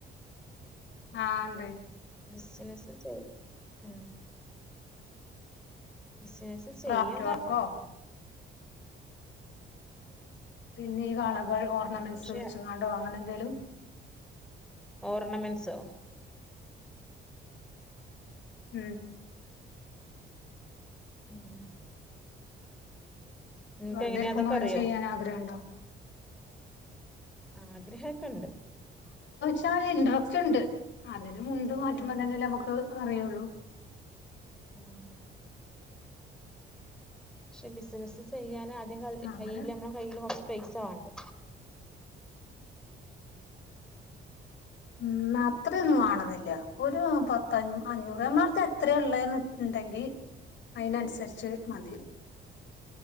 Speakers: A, on the left; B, in the centre.
A: ആഹ് ഇണ്ട്.
B: ബിസിനസ് ചെയ് ആ ബിസിനസ്സ് ചെയ്യാൻ
A: ക്രാഫ്റ്റ്
B: താൽ
A: വർക്കോ പിന്നെ ഈ വളകൾ ഓർണമെന്റ്സ്
B: പക്ഷെ
A: വെച്ച്ക്കാണ്ടോ അങ്ങനെന്തേലും?
B: ഓർണമെൻസോ?
A: ഉം
B: ഉം നിനക്ക്
A: വെറ്തെരിക്കുമ്പോ
B: എങ്ങനെയാ അതൊക്കെ
A: ഇങ്ങനെ
B: അറിയോ
A: ചെയ്യാനാഗ്രഹണ്ടോ?
B: ആഗ്രഹൊക്ക്ണ്ട്.
A: ച്ചാലിൻട്രസ്റ്റ്ണ്ട് അതിനു മുണ്ട് മാറ്റുമ്പോ
B: ആഹ്
A: തന്നെല്ലമുക്ക് അറിയൊള്ളു.
B: മ് ക്ഷെ ബിസിനസ് ചെയ്യാനാ റ്റ്ങ്ങൾ ഇ
A: അങ്ങനെ
B: കയ്യില് നമ്മള കയ്യില് കൊറച്ച് പൈസ വാണ്ടെ?
A: ഉം അത്രയൊന്നു വാണന്നില്ല ഒരു പത്തഞ്ഞ് അഞ്ഞൂറ് നമ്മളെട്ത്ത് എത്ര ഉള്ളെന്ന് ഉ ണ്ടെങ്കിൽ അയിനനുസരിച്ച് മതി.